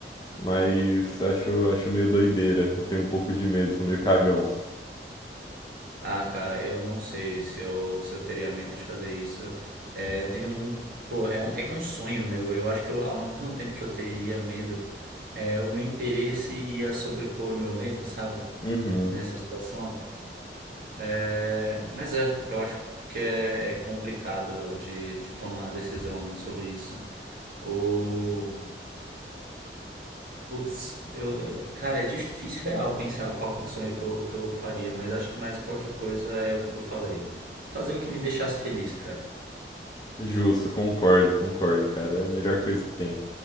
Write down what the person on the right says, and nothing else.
Ah, cara, eu não sei se eu, se eu teria medo de fazer isso. É, eu tenho um, pô, é um, é que é um sonho meu. Eu acho que eu, ao mesmo tempo que eu teria medo, é, o meu interesse ia sobrepor o meu medo, sabe?
Nessa situação. É, mas é, eu acho que é é complicado de, de tomar a decisão sobre isso. O, Putz, eu, cara, é difícil real pensar qual que é o sonho que eu, que eu faria, mas acho que mais qualquer coisa é o que eu falei. Fazer o que me deixasse feliz, cara.